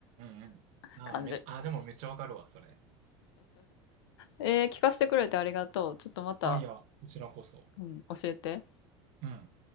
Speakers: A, on the right; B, on the left.
A: んうんうん。ああ、
B: 感じ。
A: め、ああ、でもめっちゃわかるわ、それ。
B: えー聞かせてくれてありがとう。ちょっとまた、
A: あ、いや、こちらこそ。
B: うん、教えて。
A: うん。